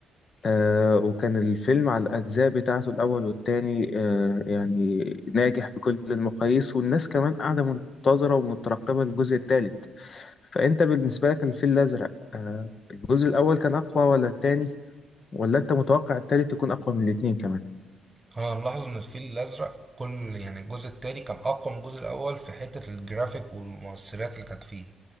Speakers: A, on the left (about 50°); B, on the right (about 15°).
A: آه وكان الفيلم على الأجزاء بتاعته الأول والتاني آه يعني ناجح بكل المقاييس والناس كمان قاعدة منتظرة ومترقبة الجزء التالت فأنت بالنسبة لك الفيل الأزرق آه الجزء الأول كان أقوى ولا التاني ولا أنت متوقع التالت يكون أقوى من الاتنين كمان
B: انا ملاحظ ان الفيل الازرق كل يعني الجزء التاني كان اقوى من الجزء الاول في حته الجرافيك والمؤثرات اللي كانت فيه